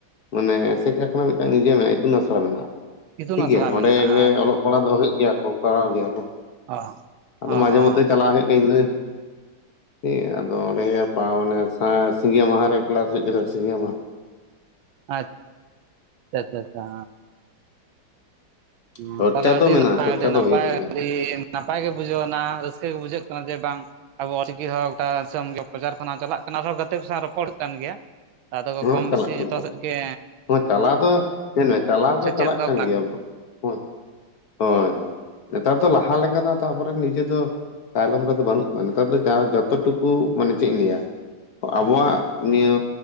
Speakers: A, on the left; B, on the right.
A: ᱢᱟᱱᱮ ᱮᱥᱮᱠᱟ ᱢᱤᱫᱴᱟᱝ ᱤᱭᱟᱹ ᱢᱮᱱᱟᱜᱼᱟ ᱤᱛᱩᱱ ᱟᱥᱲᱟ ᱢᱮᱱᱟᱜᱼᱟ
B: ᱤᱛᱩᱱ
A: ᱴᱷᱤᱠ
B: ᱟᱥᱲᱟ
A: ᱜᱮᱭᱟ
B: ᱢᱮᱱᱟᱜᱼᱟ
A: ᱚᱸᱰᱮ ᱜᱮ
B: ᱟᱪᱪᱷᱟ
A: ᱚᱞᱚᱜ
B: ᱟᱪᱪᱷᱟ
A: ᱯᱟᱲᱦᱟᱜ ᱫᱚ ᱦᱩᱭᱩᱜ ᱜᱮᱭᱟ ᱠᱚ, ᱯᱟᱲᱦᱟᱣ ᱜᱮᱭᱟ ᱠᱚ
B: ᱚ
A: ᱟᱫᱚ
B: ᱚ
A: ᱢᱟᱡᱷᱮ
B: ᱚ
A: ᱢᱚᱫᱽᱫᱷᱮ ᱪᱟᱞᱟᱣ ᱦᱩᱭᱩᱜ ᱤᱧ ᱫᱚ ᱦᱮᱸ ᱟᱫᱚ ᱚᱸᱰᱮ ᱵᱟᱝ ᱚᱱᱮ ᱥᱟᱭ ᱥᱤᱸᱜᱮ ᱢᱟᱦᱟ ᱨᱮ ᱠᱮᱞᱟᱥ ᱦᱩᱭᱩᱜ ᱜᱮᱫᱚ ᱥᱤᱸᱜᱮ ᱢᱟᱦᱟ,
B: ᱟᱪ ᱪᱟ ᱪᱟ ᱪᱟ ᱦᱩᱸ
A: ᱪᱚᱨᱪᱟ
B: ᱛᱟᱦᱚᱞᱮ
A: ᱫᱚ
B: ᱟᱹᱰᱤ
A: ᱢᱮᱱᱟᱜᱼᱟ
B: ᱱᱟᱯᱟᱭ
A: ᱪᱚᱨᱪᱟ
B: ᱟᱹᱰᱤ
A: ᱫᱚ
B: ᱱᱟᱯᱟᱭ
A: ᱦᱩᱭᱩᱜ ᱜᱮᱭᱟ
B: ᱟᱹᱰᱤ ᱱᱟᱯᱟᱭ ᱜᱮ ᱵᱩᱡᱷᱟᱹᱣ ᱱᱟ ᱨᱟᱹᱥᱠᱟᱹ ᱜᱮ ᱵᱩᱡᱷᱟᱹᱜ ᱠᱟᱱᱟ ᱡᱮ ᱵᱟᱝ ᱟᱵᱚ ᱚᱞᱪᱤᱠᱤ ᱦᱚᱸ ᱜᱚᱴᱟ ᱫᱤᱥᱚᱢ ᱜᱮ ᱯᱨᱚᱪᱟᱨ ᱠᱷᱚᱱᱟᱜ ᱪᱟᱞᱟᱜ ᱠᱟᱱᱟ ᱟᱨᱦᱚᱸ ᱜᱟᱛᱮ ᱠᱚ ᱥᱟᱶ ᱨᱚᱯᱚᱲ ᱦᱩᱭᱩᱜ ᱠᱟᱱ ᱜᱮᱭᱟ, ᱟᱫᱚ
A: ᱦᱮ
B: ᱠᱚᱢ
A: ᱪᱟᱞᱟᱜ
B: ᱵᱮᱥᱤ
A: ᱠᱟᱱᱛᱟᱞᱤᱭᱟ
B: ᱡᱚᱛᱚ ᱥᱮᱫ ᱜᱮ
A: ᱦᱚᱸ ᱪᱟᱞᱟᱣ ᱫᱚ ᱧᱮᱞᱢᱮ ᱪᱟᱞᱟᱣ ᱫᱚ
B: ᱥᱮᱪᱮᱫᱚᱜ
A: ᱪᱟᱞᱟᱜ ᱠᱟᱱ
B: ᱠᱟᱱᱟ
A: ᱜᱤᱭᱟ, ᱦᱳᱭ ᱦᱳᱭ ᱦᱳᱭ ᱱᱮᱛᱟᱨ ᱫᱚ ᱞᱟᱦᱟ ᱞᱮᱠᱟ ᱫᱚ ᱟᱫᱚ ᱟᱵᱚᱨᱮᱱ ᱱᱤᱡᱮ ᱫᱚ ᱛᱟᱭᱞᱚᱢ ᱨᱮᱫᱚ ᱵᱟᱹᱱᱩᱜ ᱠᱚᱣᱟ ᱱᱮᱛᱟᱨ ᱫᱚ ᱡᱟ ᱡᱚᱛᱚ ᱴᱩᱠᱩ ᱢᱟᱱᱮ ᱪᱮᱫ ᱤᱧ ᱞᱟᱹᱭᱟ, ᱟᱵᱚᱣᱟᱜ ᱱᱤᱭᱟᱹ